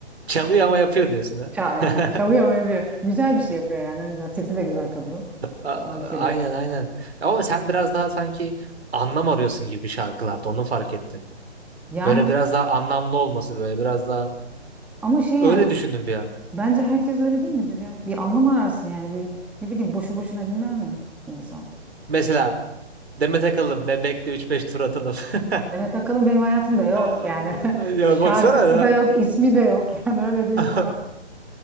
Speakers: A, on the right; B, in the centre.
A: Çalıyor ama yapıyor diyorsun ha.
B: Ça- Aynen.
A: <laughs>
B: Çalıyor mu yapıyor. Güzel bir şey yapıyor yani. O yüzden sesi de güzel kadının.
A: A-
B: Ona bir şey
A: Aynen
B: diyemem.
A: aynen. Ama sen biraz daha sanki anlam arıyorsun gibi şarkılarda onu fark ettim.
B: Yani
A: Böyle biraz daha anlamlı olması böyle biraz daha
B: ama şey
A: öyle
B: yani
A: düşündüm bir an.
B: bence herkes öyle değil midir ya? Bir anlam ararsın yani bir ne bileyim boşu boşuna dinler mi insan?
A: Mesela Demet Akalın Bebek'le üç beş tur atalım. <laughs>
B: Demet Akalın benim hayatımda yok
A: Aa,
B: yani. <laughs>
A: Ya
B: Şarkısı
A: baksana. ya.
B: da yok, ismi de yok. <laughs> Yani öyle diyeyim
A: <laughs>
B: sana.